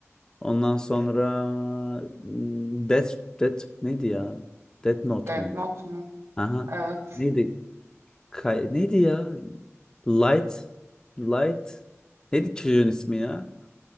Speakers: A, on the left; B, on the right.
A: Ondan sonra hmm, Death, Death neydi ya? Death Note
B: Death
A: muydu?
B: Note mu?
A: Aha.
B: Evet.
A: Neydi? Kay, neydi ya? Light. Light. Neydi çocuğun ismi ya?